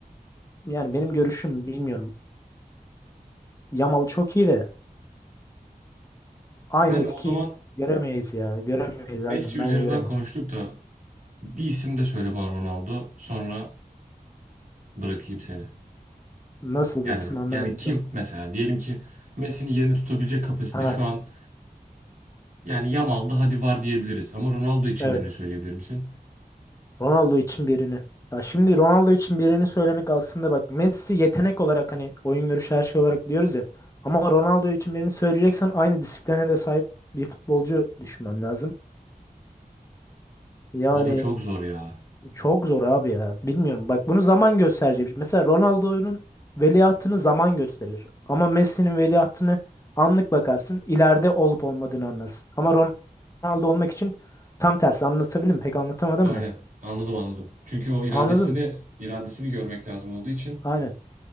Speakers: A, on the left; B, on the right.
A: yani benim görüşüm bilmiyorum. Yamal çok iyi de Aynı
B: Yani
A: etki
B: o zaman
A: göremeyiz ya. Göremeyiz
B: Messi
A: aynen.
B: üzerinden
A: Bence göremeyiz.
B: konuştuk da bir isim de söyle bana Ronaldo. Sonra bırakayım seni.
A: Nasıl
B: Yani
A: bir isim anlamadım.
B: yani kim mesela? Diyelim ki Messi'nin yerini tutabilecek kapasite
A: Ha
B: şu an yani Yamal'da hadi var diyebiliriz. Ama Ronaldo için
A: evet.
B: birini söyleyebilir misin?
A: Ronaldo için birini. Ya şimdi Ronaldo için birini söylemek aslında bak Messi yetenek olarak hani oyun görüşü her şey olarak diyoruz ya. Ama Ronaldo için birini söyleyeceksen aynı disipline de sahip bir futbolcu düşünmem lazım. Yani
B: O da çok zor ya.
A: Çok zor abi ya. Bilmiyorum. Bak bunu zaman gösterecek. Mesela Ronaldo'nun veliahtını zaman gösterir. Ama Messi'nin veliahtını anlık bakarsın. ileride olup olmadığını anlarsın. Ama Ronaldo olmak için tam tersi. Anlatabildim mi? Pek anlatamadım
B: Aynen.
A: da.
B: Anladım anladım. Çünkü o iradesini
A: Anladın mı?
B: iradesini görmek lazım olduğu için
A: Aynen.